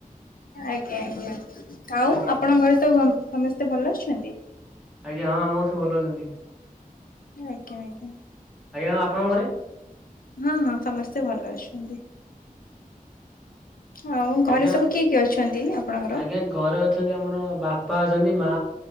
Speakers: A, on the left (about 70°); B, in the centre.
A: ଆଜ୍ଞା ଆଜ୍ଞା କାଉଁ
B: ଆଜ୍ଞା।
A: ଆପଣଙ୍କ ଘରେ ତ ସମସ୍ତେ ଭଲ ଅଛନ୍ତି?
B: ଆଜ୍ଞା ହଁ ଆମ ଘରେ ସବୁ ଭଲ ଅଛନ୍ତି।
A: ଆଜ୍ଞା ଆଜ୍ଞା।
B: ଆଜ୍ଞା ଆଉ ଆପଣଙ୍କ ଘରେ?
A: ହଁ ହଁ ସମସ୍ତେ ଭଲ ଅଛନ୍ତି। ହଉ
B: ଆଜ୍ଞା
A: ଘରେ ସବୁ କିଏ କିଏ ଅଛନ୍ତି ଆପଣଙ୍କର?
B: ଆଜ୍ଞା ଘରେ ଅଛନ୍ତି ଆମର ବାପା ଅଛନ୍ତି ମା